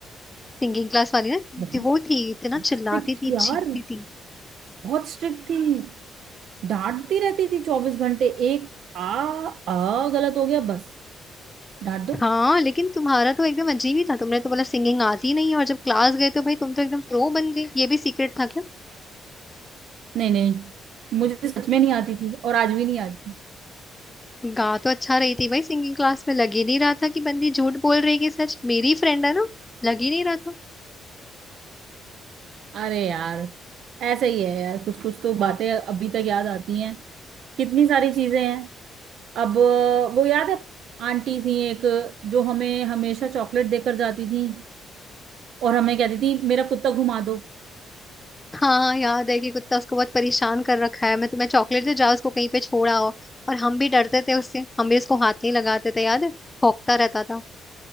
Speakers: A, on the left; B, on the right.
A: सिंगिंग क्लास वाली ना
B: बहुत
A: जो वो थी इतना
B: बहुत
A: चिल्लाती
B: स्ट्रिक्ट थी
A: थी
B: यार
A: चीखती थी
B: बहुत स्ट्रिक्ट थी डांटती रहती थी चौबीस घंटे एक आ आ गलत हो गया बस डांट दो
A: हाँ लेकिन तुम्हारा तो एकदम अजीब ही था तुमने तो बोला सिंगिंग आती नहीं है और जब क्लास गए तो भाई तुम तो एकदम प्रो बन गई ये भी सीक्रेट था
B: नहीं नहीं मुझे सच में नहीं आती थी और आज भी नहीं आती
A: गा तो अच्छा रही थी भाई सिंगिंग क्लास में लग ही नहीं रहा था कि बंदी झूठ बोल रही है कि सच मेरी फ्रेंड है ना लग ही नहीं रहा था
B: अरे यार ऐसे ही है यार कुछ कुछ तो बातें अभी तक याद आती हैं कितनी सारी चीजें हैं अब अ, वो याद है आंटी थी एक जो हमें हमेशा चॉकलेट देकर जाती थी और हमें कहती थी मेरा कुत्ता घुमा दो
A: हाँ याद है कि कुत्ता उसको बहुत परेशान कर रखा है मैं तुम्हें चॉकलेट दे जाओ उसको कहीं पे छोड़ा हो और हम भी डरते थे उससे हम भी उसको हाथ नहीं लगाते थे याद है भौंकता रहता था